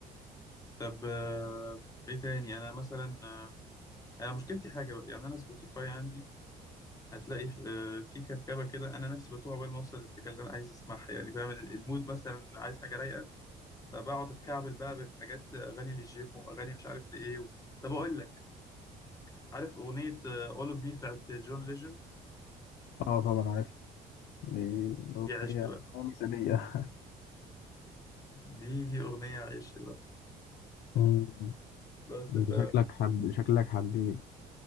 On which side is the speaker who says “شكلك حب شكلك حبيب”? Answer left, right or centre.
Left